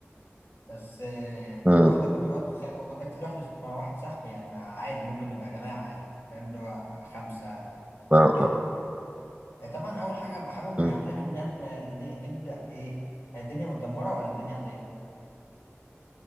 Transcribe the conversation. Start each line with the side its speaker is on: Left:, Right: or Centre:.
Left: بس آه،
Right: امم
Left: وبقعد كنت بقعد أتخيل الموضوع ده كتير لوحدي بس مع واحد صاحبي يعني مع عادي ممكن نبقى جماعة يعني فاهم اللي هو خمسة
Right: آه،
Left: كده
Right: آه،
Left: آه، طبعا أول حاجة بحابب نعملها
Right: أمم.
Left: إن إحنا ن- نبدأ إيه الدنيا متدمرة ولا الدنيا عادية